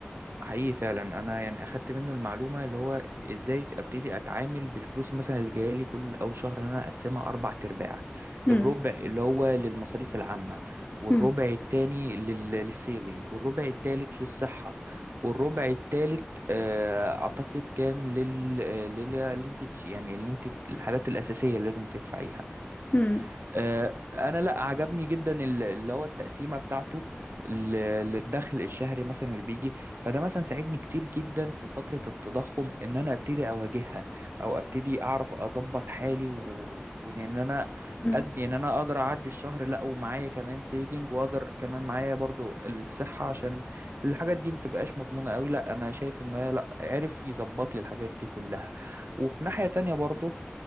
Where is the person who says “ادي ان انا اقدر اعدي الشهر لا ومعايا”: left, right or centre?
Right